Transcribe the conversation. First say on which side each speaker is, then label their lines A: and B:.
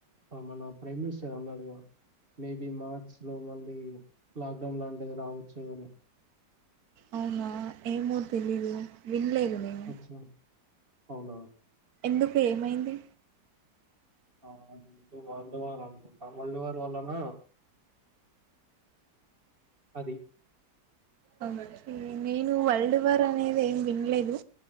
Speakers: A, on the right; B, on the right.
A: మన ప్రైమ్ మినిస్టర్ అన్నాడుగా మేబి మార్చ్ లో మళ్ళీ లాక్డౌన్ లాంటిది రావొ చ్చు అని
B: అవునా ఏమో తెలీదు విన్లేదు నేను
A: అచ్చా అవునా
B: ఎందుకు ఏమైంది
A: ఆ అది ఇటు వరల్డ్ వార్ అనుకుంటా, వరల్డ్ వార్ వల్లన అది
B: ఓకే నేను వరల్డ్ వార్ అనేది ఏం వినలేదు.